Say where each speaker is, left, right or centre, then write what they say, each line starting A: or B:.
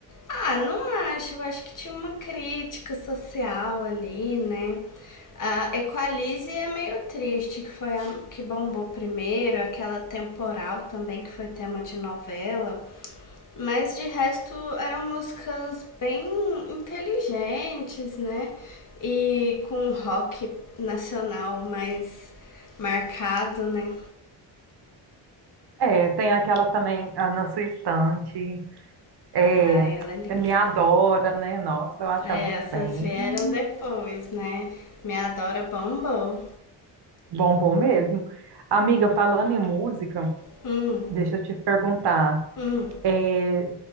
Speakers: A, on the left; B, on the right.
A: Ah, não acho. Eu acho que tinha uma crítica social ali, né? A Equalize é meio triste, que foi a que bombou primeiro, aquela temporal também, que foi tema de novela. Mas de resto eram músicas bem inteligentes, né? E com um rock nacional mais marcado, né?
B: É, tem aquela também, ah, Na Sua Estante, é,
A: Ai, ela é linda.
B: é, Me Adora, né? Nossa, eu achava
A: É, essas
B: bem
A: vieram depois, né? Me adora bombou.
B: bom, bom mesmo. Amiga, falando em música,
A: Hum,
B: deixa eu te perguntar,
A: hum.
B: é,